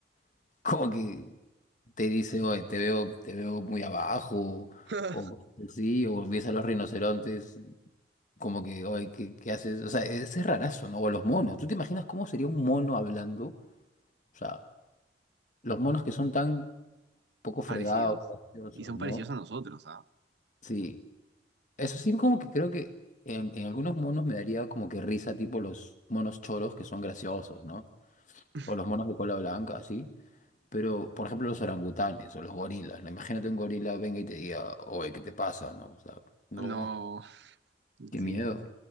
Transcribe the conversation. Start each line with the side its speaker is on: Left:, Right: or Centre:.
Left: <laughs> como que te dice, oye, te veo, te veo muy abajo,
Right: <laughs>
Left: o sí, o ves a los rinocerontes, como que, oye, ¿qué, qué haces? O sea, es es rarazo, ¿no? O los monos. ¿Tú te imaginas cómo sería un mono hablando? O sea, los monos que son tan poco fregados,
Right: Parecidos.
Left: graciosos,
Right: Y son
Left: ¿no?
Right: parecidos a nosotros, ¿ah?
Left: Sí. Eso sí, como que creo que en, en algunos monos me daría como que risa, tipo los monos choros que son graciosos, ¿no?
Right: <laughs>
Left: o los monos de cola blanca, así. Pero, por ejemplo, los orangutanes o los gorilas. ¿no? Imagínate un gorila venga y te diga, oye, ¿qué te pasa? No, o sea, no,
Right: No,
Left: qué
Right: sí,
Left: miedo.